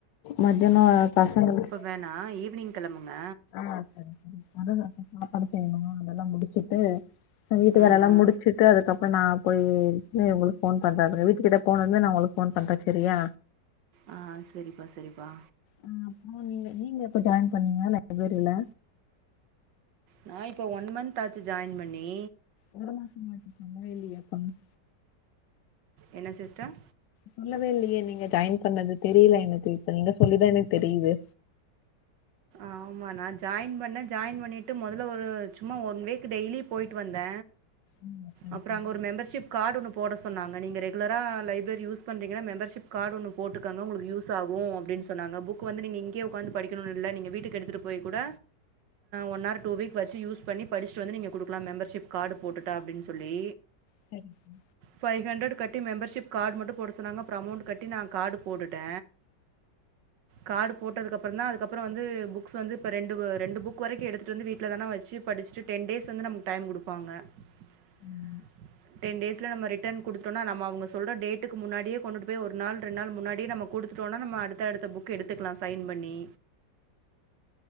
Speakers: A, on the left; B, on the right.
A: மதியனோ பசங்களுக்
B: வேணா ஈவினிங் கெளம்புங்க
A: ஆ சரி அதுதா சாப்பாடு செய்ணு அதெல்லா முடிச்சுட்டு வீட்டுவேலயில்லா
B: ஆ ஆ
A: முடிச்சுட்டு அதுக்கப்றோ நா போய்ட்டு உங்களுக்கு ஃபோன் பண்ற அப்றோ வீட்டு கிட்ட போனதுந்தமே நா உங்களுக்கு ஃபோன் பண்ற சரியா
B: ஆ செரிப்பா செரிப்பா
A: ஆ அறப்றோ நீங்க நீங்க எப்ப ஜாயின் பண்ணீங்க லைப்ரியில
B: நா இப்போ ஒன் மந்த்த் ஆச்சு ஜாயின் பண்ணி
A: ஒரு மாசோ மாட்டி சொல்லவே இல்லயே <unintelligible>
B: என்ன சிஸ்டர்
A: சொல்லவே இல்லையே நீங்க ஜாயின் பண்ணது தெரியல எனக்கு இப்ப நீங்க சொல்லிதா எனக்கு தெரிது
B: ஆமா நா ஜாயின் பண்ண ஜாயின் பண்ணிட்டு மொதல்ல ஒரு சும்மா ஒன் வீக் டெய்லியு போயி்ட்டு வந்த
A: ம், சரி,
B: அப்றோ
A: சரி,
B: அங்க ஒரு மெம்பர்ஷிப் கார்டு ஒன்னு போட சொன்னாங்க நீங்க ரெகுலரா லைப்ரரி யூஸ் பண்றீங்கன்னா மெம்பர்ஷிப் கார்டு ஒன்னு போட் டுகோங்க உங்ளுக்கு யூஸ் ஆகு அப்டின்னு சொன்னாங்க புக் வந்து நீங்க இங்கே உக்காந்து படிக்கணுனு இல்ல நீங்க வீட்டுக்கு எடுத்துட்டு போய் கூட ஒன் ஆர் டூ வீக் வச்சு யூஸ் பண்ணி படிச்சுட்டு வந்து நீங்க குடுக்கலா மெம்பர்ஷிப் கார்டு போட்டுட்டா அப்டின்னு சொல்லி
A: சரிங்க
B: ஃபைவ் ஹண்ட்ரட் கட்டி மெம்பர்ஷிப் கார்டு மட்டு போட சொன்னாங்க அப்றோ அமௌண்ட் கட்டி நா கார்டு போட்டுட்ட கார்டு போட்டதுக்கப்புறோ தா அதுக்கப்றோ வந்து புக்ஸ் வந்து இப்போ ரெண்டு ரெண்டு புக் வரைக்கு எடுத்துட்டு வந்து வீட்ல தானே வச்சு படிச்சுட்டு டென் டேஸ் வந்து நமக்கு டைம் குடுப்பாங்க <unintelligible>
A: ம்.
B: டென் டேஸ்ல நம்ம ரிட்டன் குடுத்துடோனா நம் அவுங்க சொல்ற டேக்கு முன்னாடியே கொண்டு போய் ஒரு நாள் ரெண்டு நாள் முன்னாடி நம்ம குடுத் துடோனா நம்ம அடுத்த அடுத்தபுக் எடுத்துக்குலா சைன் பண்ணி